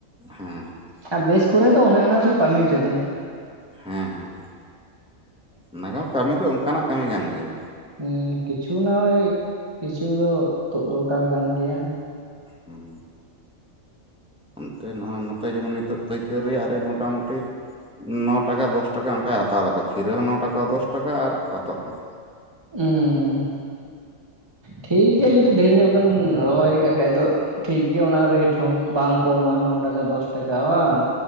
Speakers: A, in the centre; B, on the right (about 20°).
A: ᱦᱮᱸ
B: ᱟᱨ ᱵᱮᱥ ᱠᱚᱨᱮ ᱫᱚ ᱚᱱᱮ ᱚᱱᱟ ᱠᱚ ᱠᱟᱹᱢᱤ ᱨᱮᱫᱚ
A: ᱦᱮᱸ ᱦᱮᱸ ᱚᱱᱟ ᱫᱚ ᱠᱟᱹᱢᱤ ᱫᱚ ᱚᱱᱠᱟᱱᱟᱜ ᱠᱟᱹᱢᱤ ᱠᱟᱱ ᱜᱮᱭᱟ᱾
B: ᱦᱮᱸ ᱠᱤᱪᱷᱩ ᱱᱟ ᱦᱚᱭ ᱠᱤᱪᱷᱩ ᱫᱚ ᱛᱳᱫ ᱫᱚᱨᱠᱟᱨ ᱠᱟᱱ ᱜᱮᱭᱟ᱾
A: ᱦᱩᱸ ᱦᱩᱸ᱾ ᱚᱱᱛᱮ ᱱᱚᱣᱟᱜ ᱱᱚᱛᱮ ᱡᱮᱢᱚᱱ ᱱᱤᱛᱚᱜ ᱯᱟᱹᱭᱠᱟᱹᱨ ᱨᱮᱭᱟᱜ ᱨᱮᱹᱴ ᱢᱳᱚᱴᱟᱢᱩᱴᱤ ᱱᱚ ᱴᱟᱠᱟ ᱫᱚᱥ ᱴᱟᱠᱟ ᱚᱱᱠᱟᱭ ᱦᱟᱛᱟᱣ ᱫᱟᱠᱚ ᱠᱷᱤᱨᱟᱹ ᱦᱚᱸ ᱱᱚ ᱴᱟᱠᱟ ᱫᱚᱥ ᱴᱟᱠᱟ ᱟᱨ ᱦᱚᱛᱚᱫ ᱦᱚᱸᱰ᱾
B: ᱩᱸ᱾ ᱴᱷᱤᱠᱜᱮᱭᱟ ᱡᱩᱫᱤ ᱰᱷᱮᱨ ᱧᱚᱜ ᱵᱮᱱ ᱨᱚᱦᱚᱭ ᱠᱟᱜ ᱠᱷᱟᱡ ᱫᱚ ᱴᱷᱤᱠᱜᱮᱭᱟ ᱚᱱᱟ ᱨᱮᱴ ᱦᱚᱸ᱾ ᱵᱟᱝ ᱠᱚᱢᱟ ᱱᱚ ᱴᱟᱠᱟ ᱫᱚᱥ ᱴᱟᱠᱟ ᱵᱟᱝ᱾